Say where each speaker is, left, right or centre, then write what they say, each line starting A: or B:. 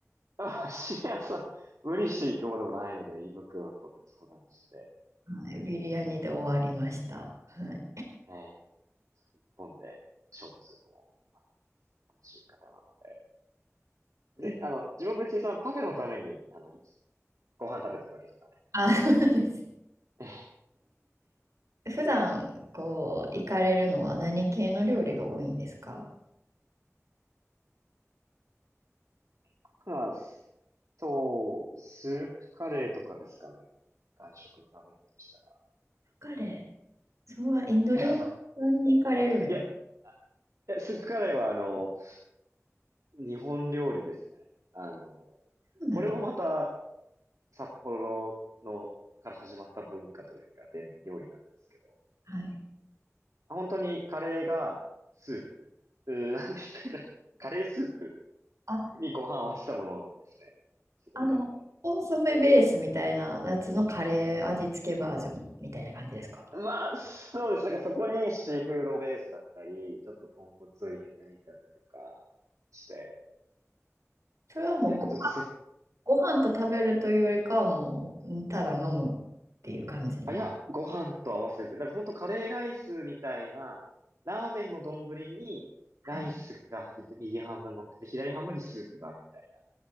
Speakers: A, on the right (about 85°); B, on the right (about 70°).
A: あ、シリアさん、無理していくものでもないので、胃袋と相談して、
B: はい、ビリヤニで終わりました。は
A: ええそれ一本で勝負するのも楽しみ方なので。で、
B: い。え
A: あの、自分は別にそのパフェのために、あの、いつご飯食べてるわけじゃない。
B: あ、<laughs> そうです。
A: <laughs> え。
B: 普段こう行かれるのは何系の料理が多いんですか
A: 僕は、そう、スープカレーとかですかね。外食で食べるとしたら。
B: カレー、それはインド料理屋さんに行かれるのそ
A: <laughs> いや、いや、スープカレーはあの、日本料理ですね。あの、
B: うなんです。
A: これもまた札幌の、から始まった文化というか、伝料理なんですけど、
B: はい。
A: 本当にカレーがスープ、うーん、なんて言ったらいいの、カレースープ
B: あ、
A: にご飯を合わせたものですね。すごい簡単。
B: あの、コンソメベースみたいなやつのカレー味付けバージョンみたいな感じですか
A: まあ、そうです。なんかそこにシーフードベースだったり、ちょっと豚骨を入れてみたりとかして、
B: それはもうご
A: いや、ちょっとせ、
B: ご飯と食べるというよりかはもう、うんただ飲むっていう感じなんで。
A: あ、いや、ご飯と合わせて、だから本当カレーライスみたいな、ラーメンの丼に、ライスが右半分乗ってて、
B: はい。
A: 左半分にスープがあるみたいな。